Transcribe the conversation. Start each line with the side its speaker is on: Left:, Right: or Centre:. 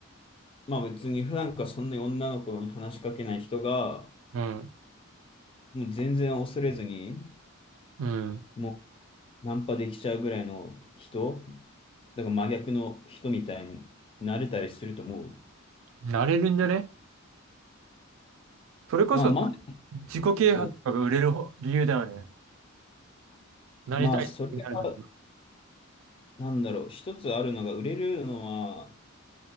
Left: まあ別に普段からそんなに女の子に話しかけない人が、
Right: うん。
Left: もう全然恐れずに、
Right: うん。
Left: もうナンパできちゃうぐらいの人、だから真逆の人みたいになれたりすると思う。
Right: なれるんじゃねそれこそ
Left: まあまあ、
Right: 自己啓発とかが売れるほ理由だよね。
Left: そう。
Right: なりたいってなると
Left: まあ、それが、なんだろう、一つあるのが、売れるのは、